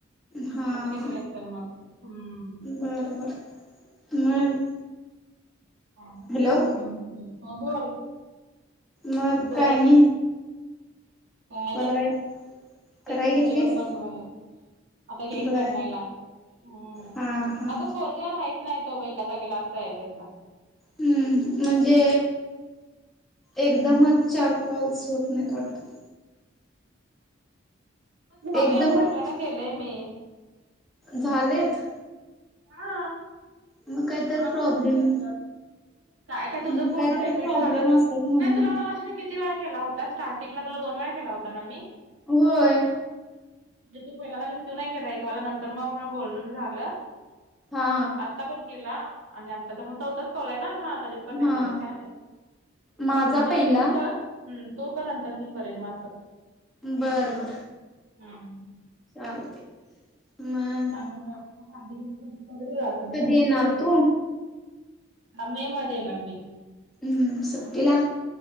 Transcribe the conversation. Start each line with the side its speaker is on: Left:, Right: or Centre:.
Centre: हा
Right: असं कायतरी
Centre: हा
Right: असलं मग, हम्म....
Centre: बरं बरं मग...
Right: <unintelligible>
Centre: हॅलो
Right: ह बोल
Centre: मग
Right: <unintelligible>
Centre: काय आणि
Right: ह
Centre: पलवाय
Right: नाही
Centre: कराय
Right: ते सुद्ध
Centre: घेतलीस
Right: जेवण बन मला. आता घेईन
Centre: बर
Right: बनवायला, हम्म
Centre: हा हा
Right: <unintelligible> पोरगा. राहित नाही तो, बाई एका जागेला असंय तज
Centre: हम्म म्हणजे.. एकदमच चार कॉल्स होत नाहीत, वाटतं.
Right: ण मल
Centre: एकदमच
Right: अगं, सगळ्यांना केलंय मी-
Centre: झालेत.
Right: हा
Centre: मग काय तर
Right: मनापासून
Centre: प्रॉब्लेम
Right: केलं तर... काय काय, तुझं
Centre: मग
Right: पूर्ण
Centre: तर
Right: लिमिट
Centre: प्रॉब्लेम
Right: झालं
Centre: असेल म्हणून
Right: नाय तुला? मगाशी मी किती.. किती वेळा केला होता? स्टार्टिंगला तुला दोन वेळा केला होता ना मी?
Centre: होय....
Right: म्हणजे तू पहिल्याला रिसीव्ह नाई केला एक, <unintelligible> नंतर मग पण बोलून झालं....
Centre: हा
Right: परत आत्ता पण केला आणि आता तर मग चौथाच कॉलय ना हा.... तरी पण
Centre: हा
Right: <unintelligible> काय नाही
Centre: माझा पहिला
Right: तू तर... हम्, तो करा, नंतर मी करेन असं
Centre: बरं बरं..
Right: हम्..
Centre: चालते.. मग
Right: त्यामळ आपल्याला भांडी बिंंडी सगळे असल
Centre: कधी
Right: त्या.
Centre: येणार तू
Right: हा मे मध्ये येणार मी..
Centre: हम्म्, हम्म्, सुट्टीला